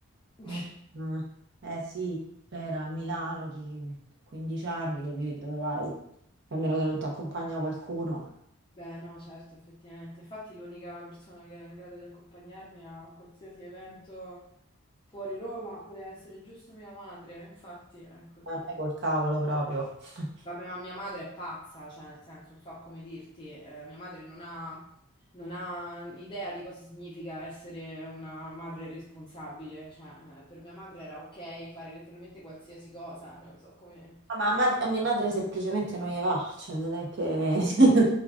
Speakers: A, on the left (about 20°); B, on the right (about 50°).
A: <laughs>
B: no. Ah, Eh sì, cioè, era a Milano, chi- 15 anni, capì, dove vai? A meno che non ti accompagna qualcuno,
A: Beh, no, certo, effettivamente. Infatti l'unica persona che era in grado di accompagnarmi a qualsiasi evento fuori Roma poteva essere giusto mia madre, infatti, ecco.
B: a me col cavolo proprio. <laughs>
A: Vabbè, ma mia madre è pazza, cioè nel senso, non so come dirti, eh, mia madre non ha non ha idea di cosa significa essere una madre responsabile. Cioè, eh, per mia madre era ok fare letteralmente qualsiasi cosa, cioè, non so come...
B: Ma a, mad- a mia madre semplicemente non gli va, cioè non è che <laughs>